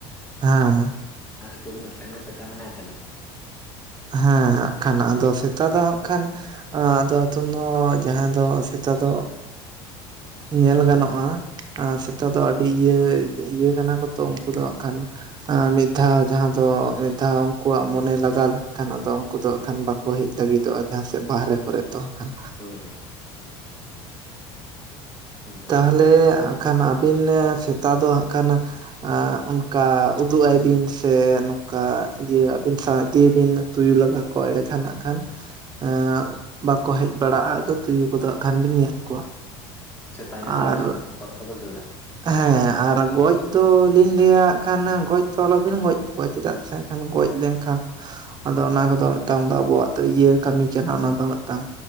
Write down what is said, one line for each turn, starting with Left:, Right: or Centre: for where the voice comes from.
Right: ᱦᱮᱸ
Left: ᱦᱮᱸ ᱱᱤᱛᱚᱜ ᱫᱚ ᱢᱤᱫᱴᱟᱝ ᱜᱮ ᱥᱮᱛᱟ ᱢᱮᱱᱟᱭ ᱛᱟᱹᱞᱤᱧᱟ᱾
Right: ᱦᱮᱸ ᱦᱟᱜᱠᱷᱟᱱ ᱟᱫᱚ ᱥᱮᱛᱟ ᱫᱚ ᱦᱟᱸᱜ ᱠᱷᱟᱱ ᱟᱹᱻ ᱟᱫᱚ ᱱᱤᱛᱚᱝ ᱫᱚ ᱡᱟᱦᱟᱸᱭ ᱫᱚ ᱥᱮᱛᱟ ᱫᱚ ᱧᱮᱞ ᱜᱟᱱᱚᱜ-ᱟ ᱥᱮᱛᱟ ᱫᱚ ᱟᱹᱰᱤ ᱤᱭᱟᱹ ᱤᱭᱟᱹ ᱠᱟᱱᱟ ᱠᱚ ᱛᱚ ᱩᱱᱠᱩ ᱫᱚ ᱦᱟᱸᱜ ᱠᱷᱟᱱ ᱟᱹᱻ ᱢᱤᱫ ᱫᱷᱟᱣ ᱡᱟᱦᱟᱸ ᱫᱚ ᱢᱤᱫ ᱫᱷᱟᱣ ᱩᱱᱠᱩᱣᱟᱜ ᱢᱚᱱᱮ ᱞᱟᱜᱟᱣ ᱞᱮᱱᱠᱷᱟᱱ ᱟᱫᱚ ᱩᱱᱠᱩ ᱫᱚ ᱦᱟᱜ ᱠᱷᱟᱱ ᱵᱟᱠᱚ ᱦᱮᱡ ᱞᱟᱹᱜᱤᱫᱚᱜ-ᱟ ᱡᱟᱦᱟᱸ ᱥᱮᱫ ᱵᱟᱦᱨᱮ ᱠᱚᱨᱮ ᱫᱚ ᱦᱟᱸᱜ ᱡᱷᱟᱱ
Left: ᱦᱳᱭ ᱦᱳᱭ ᱮᱠᱫᱚᱢ
Right: ᱛᱟᱦᱚᱞᱮ
Left: ᱜᱮ
Right: ᱦᱟᱸᱜ ᱠᱷᱟᱱ ᱟᱹᱵᱤᱱ ᱥᱮᱛᱟ ᱫᱚ ᱦᱟᱸᱜ ᱠᱷᱟᱱ ᱟᱹᱻ ᱚᱱᱠᱟ ᱩᱫᱩᱜ ᱟᱭ ᱵᱤᱱ ᱥᱮ ᱱᱚᱝᱠᱟ ᱤᱭᱟᱹ ᱟᱹᱵᱤᱱ ᱥᱟᱶ ᱤᱫᱤᱭ ᱵᱤᱱ ᱛᱩᱭᱩ ᱞᱟᱜᱟ ᱠᱚ ᱮᱲᱮ ᱠᱷᱟᱱ ᱱᱟᱜᱠᱷᱟᱱ ᱮᱻ ᱵᱟᱠᱚ ᱦᱮᱡ ᱵᱟᱲᱟᱜ-ᱟ ᱟᱫᱚ ᱛᱩᱭᱩ ᱠᱚᱫᱚ ᱦᱟᱸᱜ ᱠᱷᱟᱱ ᱵᱮᱱ ᱧᱮᱞ ᱠᱚᱣᱟ᱾
Left: ᱥᱮᱛᱟ
Right: ᱟᱨ
Left: ᱧᱮᱞ ᱛᱮᱜᱮ ᱦᱟᱸᱜ ᱯᱚᱨᱮ ᱛᱮᱠᱚ ᱫᱟᱹᱲᱟ᱾
Right: ᱦᱮᱸ ᱟᱨ ᱜᱚᱡ ᱫᱚᱞᱤᱧ ᱞᱮᱭᱟ ᱦᱟᱸᱜ ᱠᱷᱟᱱ ᱜᱚᱡ ᱫᱚ ᱟᱞᱚᱵᱤᱱ ᱜᱚᱡ ᱠᱟᱣᱟ ᱪᱮᱫᱟᱜ ᱥᱮ ᱮᱜ-ᱠᱷᱟᱱ ᱜᱚᱡ ᱞᱮᱱᱠᱷᱟᱱ ᱟᱫᱚ ᱚᱱᱟ ᱠᱚᱫᱚ ᱢᱤᱫᱴᱟᱝ ᱫᱚ ᱟᱵᱚᱣᱟᱜ ᱫᱚ ᱤᱭᱟᱹ ᱠᱟᱹᱢᱤ ᱠᱟᱱᱟ ᱚᱱᱟ ᱫᱚ ᱢᱤᱫᱴᱟᱝ